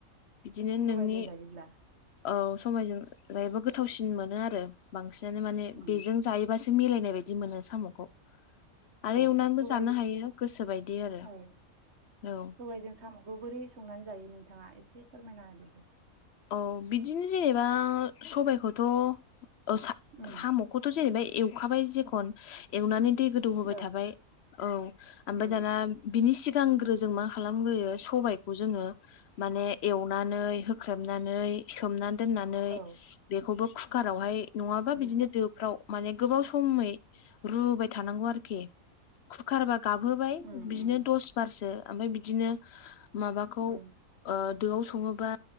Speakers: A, on the left; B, on the right.
A: बिदिनो
B: सबायजों
A: नोंनि
B: जायोब्ला।
A: औ सबायजों जायोबो गोथावसिन मोनो आरो बांसिनानो माने
B: उम
A: बेजों जायोबासो मिलायनाय बायदि मोनो साम'खौ। आरो
B: औ
A: एवनानैबो
B: सबायजों
A: जानो हायो गोसोबायदि आरो
B: औ
A: औ
B: सबायजों साम' <unintelligible> बोरै संनानै जायो नोंथाङा एसे फोरमायना होदो।
A: औ बिदिनो जेनेबा सबायखौथ' ओ
B: उम
A: साम' खौथ' जेनेबा एवखाबाय जेखन एवनानै दै गोदौ होबाय
B: औ
A: थाबाय औ ओमफ्राय
B: उम
A: दाना बिनि सिगांग्रो जों मा खालामग्रोयो सबायखौ जोङो माने एवनानै होख्रेमनानै सोमनानै दोननानै
B: औ
A: बेखौबो कुकारावहाय नङाबा
B: उम
A: बिदिनो दो फ्राव माने गोबाव समै रुबाय थानांगौ आरोखि कुकार बा गाबहोबाय
B: उम
A: बिदिनो
B: उम
A: दस बारसो ओमफ्राय बिदिनो माबाखौ
B: उम
A: ओ दोआव सङोबा